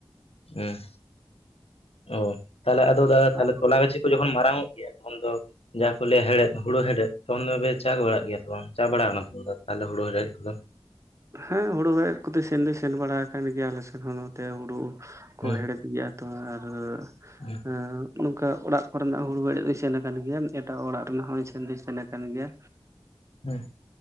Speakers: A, on the left (about 75°); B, on the right (about 30°).
A: ᱦᱮᱸ ᱚ ᱛᱟᱦᱚᱸᱞᱮ ᱟᱫᱚ ᱫᱟᱫᱟ ᱛᱟᱦᱚᱸᱞᱮ
B: ᱟᱨ
A: ᱛᱚᱞᱟ ᱜᱟᱹᱪᱤ ᱛᱚ ᱡᱚᱠᱷᱚᱱ ᱢᱟᱨᱟᱝ-ᱚᱜ ᱜᱮᱭᱟ ᱛᱚᱠᱷᱚᱱ ᱫᱚ ᱡᱟᱦᱟ ᱠᱚ ᱞᱟᱹᱭᱟ ᱦᱮᱲᱦᱮᱸᱫ ᱦᱩᱲᱩ ᱦᱮᱲᱦᱮᱸᱫ ᱛᱠᱷᱚᱱ ᱫᱚ ᱪᱟ ᱵᱟᱲᱟᱜ ᱜᱮᱭᱟ ᱛ ᱵᱟᱝ ᱪᱟᱣᱵᱟᱲᱟ ᱟᱠᱟᱱᱟ ᱛᱟᱦᱚᱸᱞᱮ ᱦᱩᱲᱩ ᱦᱮᱲᱦᱮᱸᱫ ᱠᱚᱫᱚ?
B: ᱦᱮᱸ ᱦᱩᱲᱩ ᱦᱮᱲᱦᱮᱸᱫ ᱠᱚᱛᱮ ᱥᱮᱱ ᱫᱚᱧ ᱥᱮᱱ ᱵᱟᱲᱟ ᱟᱠᱟᱱ ᱜᱮᱭᱟ ᱟᱞᱮ ᱥᱮᱱ ᱦᱚᱸ ᱱᱚᱛᱮ ᱦᱩᱲᱩ ᱠᱚ
A: ᱦᱩᱸ
B: ᱦᱮᱲᱦᱮᱫ ᱜᱮᱭᱟ ᱾ ᱛᱚ ᱟᱨ
A: ᱦᱩᱸ
B: ᱮᱸᱻ᱾ ᱚᱱᱠᱟ ᱚᱲᱟᱜ ᱠᱚᱨᱮᱱᱟᱜ ᱦᱩᱲᱩ ᱦᱮᱲᱦᱮᱸᱫ ᱫᱚᱧ ᱥᱮᱱ ᱟᱠᱟᱱ ᱜᱮᱭᱟ ᱮᱴᱟᱜ ᱚᱲᱟᱜ ᱨᱮᱱᱟᱜ ᱦᱚᱸᱧ ᱥᱮᱱ ᱫᱚᱩᱧ ᱥᱮᱱ ᱟᱠᱟᱱ ᱜᱮᱭᱟ᱾
A: ᱦᱩᱸ